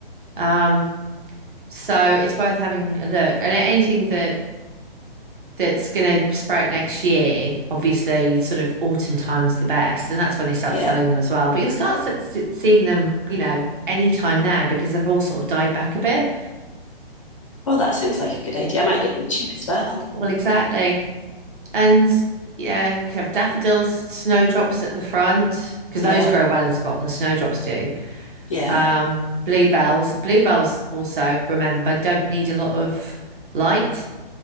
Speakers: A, on the right; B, on the left.
A: Um, so it's worth having a look. And anything that that's going to sprout next year, obviously, sort of autumn time's the best, and that's when they start
B: yeah.
A: selling them as well. But you'll start s- s- seeing them, you know, any time now because they've all sort of died back a bit.
B: Oh, that sounds like a good idea. I might get them cheap as well.
A: Well, exactly. And yeah, you could have daffodils, snowdrops at the front because
B: Yeah,
A: those grow well in Scotland. Snowdrops do.
B: yeah,
A: Um, bluebells, bluebells also remember don't need a lot of light.